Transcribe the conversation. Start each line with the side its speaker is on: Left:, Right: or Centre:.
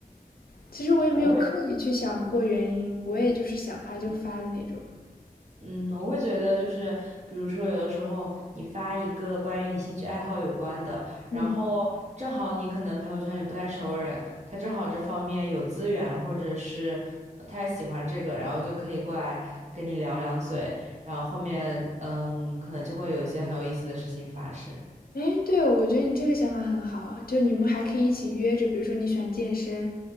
Left: 其实我也没有刻意去想过原因，
Right: 我会。
Left: 我也就是想发就发的那种。
Right: 嗯，我会觉得就是，比如说有的时候你发一个关于你兴趣爱好有关的，
Left: 嗯。
Right: 然后正好你可能朋友圈里不太熟人，他正好这方面有资源，或者是呃他也喜欢这个，然后就可以过来跟你聊两嘴，然后后面嗯，可能就会有一些很有意思的事情发生。
Left: 哎，对，我觉得你这个想法很好，就你们还可以一起约着，比如说你喜欢健身，